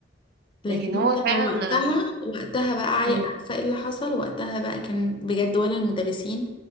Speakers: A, on the left; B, on the right.
A: لكن
B: لكن هو
A: انت
B: فعلا
A: لو وقتها وقتها بقى عاي-
B: ممكن
A: عارفة ايه اللي حصل وقتها بقى كان بجد ولا المدرسين